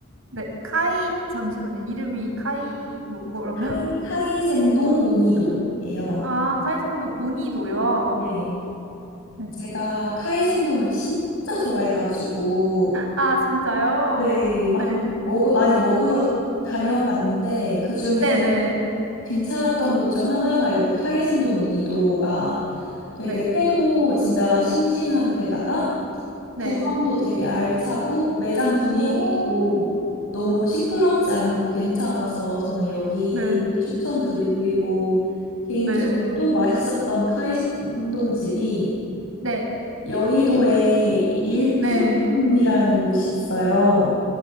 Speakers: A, on the right; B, on the left.
A: 네, 카이 잠시만요. 이름이 카이 뭐 뭐라고요?
B: 카이, 카이센동 우니도예요.
A: 아, 카이센동 우니도요.
B: 네.
A: 네.
B: 제가 카이센동을 진짜 좋아해가지고,
A: 아, 진짜요?
B: 네, 막,
A: 네.
B: 먹, 많이 먹으러 다녀봤는데, 그중에
A: 네네.
B: 괜찮았던 곳 중 하나가 여기 카이센동 우니도가 되게
A: 네.
B: 회도 진짜 싱싱한 데다가
A: 네.
B: 구성도
A: 네.
B: 되게 알차고 매장 분위기도
A: 오.
B: 너무 시끄럽지 않고 괜찮아서 저는 여기
A: 네.
B: 추천드리고 그리고 개인적으로
A: 네.
B: 또 맛있었던 카이신동 집이
A: 네.
B: 여의도에 일품이라는
A: 네.
B: 곳이 있어요.